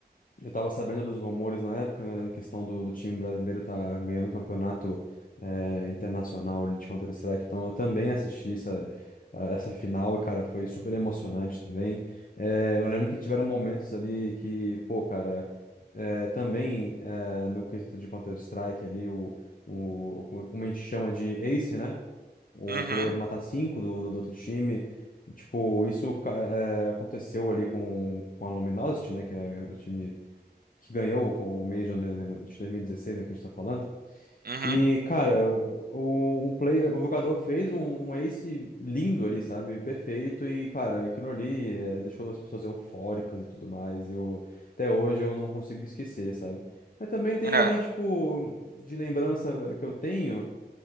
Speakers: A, on the left; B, on the right.
A: Eu tava sabendo dos rumores na época, né, da questão do, do time brasileiro tá ganhando um campeonato eh, internacional de Counter-Strike, então eu também assisti essa, a- essa final, e, cara, foi super emocionante também. Eh, eu lembro que tiveram momentos ali que, pô, cara, eh, também eh, no quesito de Counter-Strike ali, o, o, como como a gente chama de Ace, né? O
B: Uhum,
A: player matar cinco do, do do outro time. Tipo, isso ca- eh, aconteceu ali com, com a Luminosity, né? Que é o time que ganhou o Major né, né, de 2016, né, que a gente tá falando.
B: uhum,
A: E, cara, o, o, player, o jogador fez um, um ace lindo ali, sabe? Perfeito. E, cara, aquilo ali é, deixou as pessoas eufóricas e tudo mais. E eu, até hoje eu não consigo esquecer, sabe? Mas também tem
B: é,
A: ali, tipo, de lembrança que eu tenho.